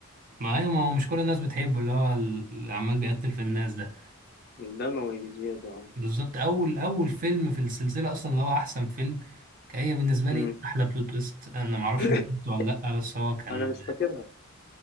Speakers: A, on the right; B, on the left.
A: ما هي ما هو مش كل الناس بتحبه اللي هو اللي عمال بيقتل في الناس ده
B: دموي بزيادة اه
A: بالظبط اول اول فيلم في السلسله اصلا اللي هو احسن فيلم كان هي بالنسبه
B: مم.
A: لي احلى بلوت تويست انا ما اعرفش
B: <coughs>
A: انت شفته ولا لا بس هو كان
B: انا مش فاكرها